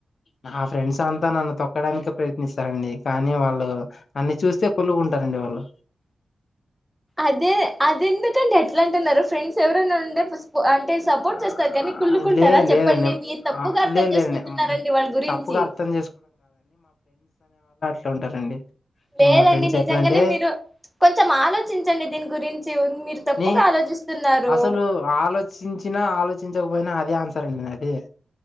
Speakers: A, on the left; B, in the centre.
A: నా ఫ్రెండ్స్ అంతా నన్ను తొక్కడానికి ప్రయత్నిస్త స్తారండి కానీ వాళ్ళు నన్ను చూస్తే కులుకుంటారండి. వాళ్ళు
B: అదే అది ఎందుకంటే ఎట్లా అంటున్నారు ఫ్రెండ్స్ ఎవరైనా ఉంటే అంటే సపోర్ట్
A: ఆ
B: చేస్తారు. కానీ కుళ్లుకుంటారా
A: లేదు
B: చెప్పండి.
A: లేదండి
B: మీరు తప్పుగా
A: ఆ
B: అర్థం
A: లేదు
B: చేసుకుంటున్నారండి
A: లేదండి మ్,
B: వాళ్ళ గురించి
A: తప్పుగా అర్థం ట్లా ఉంటారండి
B: లేదండి
A: ఇక మా ఫ్రెండ్స్
B: నిజంగానే
A: ఎట్లా అంటే
B: మీరు కొంచెం ఆలోచించండి దీని గురించి మీరు తప్పుగా
A: నీ
B: ఆలోచిస్తున్నారు
A: అసలు ఆలోచించినా ఆలోచించకపోయినా అదే ఆన్సర్ అండి అది